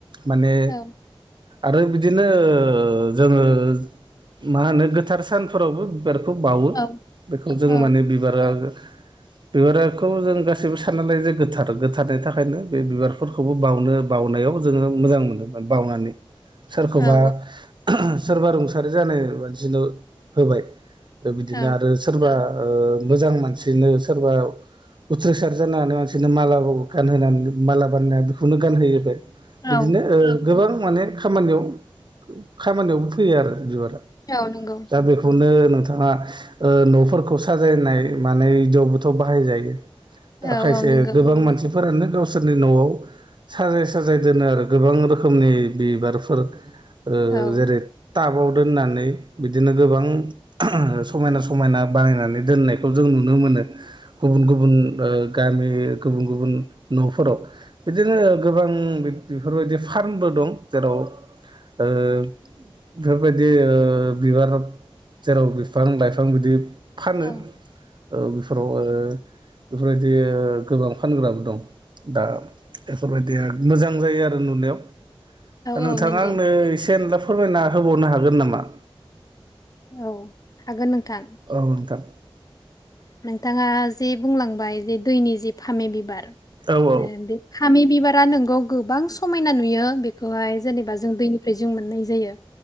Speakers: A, on the right; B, on the left.
A: माने
B: औ
A: आरो बिद दिनो जोङो मा होनो गोथार सानफोरावबो बिबार खौ बाववो
B: औ
A: बेखौ जोङो
B: औ
A: माने बिबारा बिबाराखौ जों गासैबो सानना लायो जे गोथार गोथारनि थाखायनो बे बिबारफोरखौबो बावनो बावनायाव जोङो मोजां मोनदोंमोन बावनानै। सोरखौबा
B: औ
A: <unintelligible> सोरबा रुंसारि जानाय मानसिनो होबाय। दा बिदिनो
B: औ
A: आरो सोरबा ओ मोजां मानसिनो सोरबा उथ्रिसार जानोहानाय मानसिनो मालाबाव गानहोनानै माला बानायना बेखौनो गानहोयोरो
B: औ
A: बिदिनो ओ गोबां माने खामानियाव खामानियावबो फैयो आरो बिबारा
B: नियाव नंगौ।
A: दा बेखौनो नोंथाङा ओ न'फोरखौ साजायनाय माने इदियावबोथ' बाहायजायो। दा
B: औ
A: खायसे
B: औ नंगौ
A: गोबां मानसि फोरानो गावसोरनि न'आव साजाय साजाय दोनो आरो गोबां रोखोमनि बिबार फोर ओ
B: औ
A: जेरै
B: औ नंगौ
A: टाबाव दोननानै बिदिनो गोबां समायना समायना बानायनानै दोननायखौ जों नुनो मोनो गुबुन गुबुन ओ गामि गुबुन गुबुन न'फोराव। बिदिनो गोबां बेफोरबायदि फार्मबो दं जेराव ओ। बेफोरबायदि ओ बिबार जेराव बिफां लाइफां बिदि फानो
B: औ
A: ओ बेफोराव ओ बेफोरबायदि ओ गोबां फानग्राबो दं। दा बेफोरबायदिया मोजां जायो आरो नुनायाव। नोंथाङा
B: औ नंगौ
A: आंनो एसे एला फोरमायना होबावनो हागोन नामा।
B: औ हागोन नोंथां।
A: औ नोंथां।
B: नोंथाङा जे बुंलांबाय बे दैनि जे फामे बिबार ओ
A: औ औ
B: बे फामि बिबारा नोंगौ गोबां समायना नुयो बेखौहाय जेनेबा जों दैनि बि जों मोननाय जायो